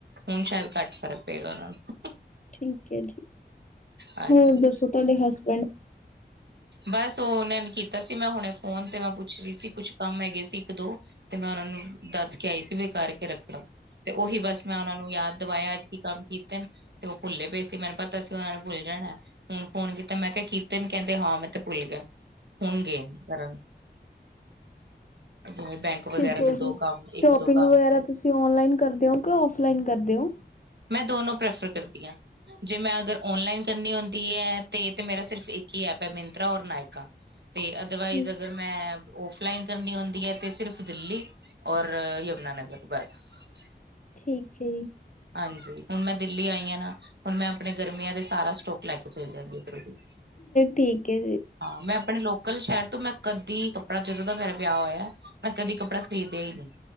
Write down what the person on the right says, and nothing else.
ਹੁਣ ਸ਼ਾਇਦ ਘੱਟ ਫਰਕ ਪਏਗਾ ਉਹਨਾਂ ਨੂੰ।
ਹਾਂਜੀ
ਬਸ ਉਹ ਉਹਨਾਂ ਨੇ ਕੀਤਾ ਸੀ, ਮੈਂ ਹੁਣੇ ਫੋਨ ਤੇ ਮੈਂ ਪੁੱਛ ਰਹੀ ਸੀ ਕੁਛ ਕੰਮ ਹੈਗੇ ਸੀ ਇੱਕ ਦੋ। ਤੇ ਮੈਂ ਉਹਨਾਂ ਨੂੰ ਦੱਸ ਕੇ ਆਈ ਸੀ ਵੀ ਕਰਕੇ ਰੱਖਣਾ। ਤੇ ਉਹੀ ਬਸ ਮੈਂ ਉਹਨਾਂ ਨੂੰ ਯਾਦ ਦਵਾਇਆ, ਅੱਜ ਕੀ ਕੰਮ ਕੀਤੇ ਨੇ। ਤੇ ਉਹ ਭੁੱਲੇ ਪਏ ਸੀ, ਮੈਨੂੰ ਪਤਾ ਸੀ ਉਹਨਾਂ ਨੂੰ ਭੁੱਲ ਜਾਣਾ, ਹੁਣ ਫੋਨ ਕੀਤਾ ਮੈਂ ਕਿਹਾ ਕੀਤੇ ਨੇ, ਕਹਿੰਦੇ ਹਾਂ ਮੈਂ ਤੇ ਭੁੱਲ ਗਿਆ, ਹੁਣ ਗਿਆ ਕਰਨ। ਜਿਵੇਂ ਬੈਂਕ
ਵਗੈਰਾ ਦੇ
ਦੋ ਕੰਮ
ਇੱਕ ਦੋ ਕੰਮ
ਸੀ
ਮੈਂ ਦੋਨੋ ਪ੍ਰੈਫਰ ਕਰਦੀ ਆਂ। ਜੇ ਮੈਂ ਅਗਰ ਓਨਲਾਈਨ ਕਰਨੀ ਹੁੰਦੀ ਐ, ਤੇ ਮੇਰਾ ਸਿਰਫ ਇੱਕ ਹੀ ਐਪ ਐ ਮ ਮੰਤਰਾ ਔਰ ਨਾਇਕਾ, ਤੇ ਅਦਰਵਾਈਜ਼
ਅਗਰ ਮੈਂ ਔਫਲਾਈਨ ਕਰਨੀ ਹੁੰਦੀ ਐਤੇ ਸਿਰਫ ਦਿੱਲੀ ਔਰ ਯਮੁੰਨਾਨਗਰ ਬਸ।
ਹਾਂਜੀ, ਹੁਣ ਮੈਂ ਦਿੱਲੀ ਆਈ ਆਂ ਨਾ ਹੁਣ ਮੈਂ ਆਪਣੇ ਗਰਮੀਆਂ ਦੇ ਸਾਰਾ ਸਟੋਕ ਲੈ ਕੇ ਚੱਲ ਜਾਂਗੀ ਇੱਧਰੋਂ ਦੀ।
ਹਾਂ, ਮੈਂ ਆਪਣੇ ਲੋਕਲ ਸ਼ਹਿਰ ਤੋਂ ਮੈਂ ਕਦੀ ਕੱਪੜਾ ਜਦੋਂ ਦਾ ਮੇਰਾ ਵਿਆਹ ਹੋਇਆ। ਮੈਂ ਕਦੇ ਕੱਪੜਾ ਖ਼ਰੀਦਿਆ ਈ ਨੀ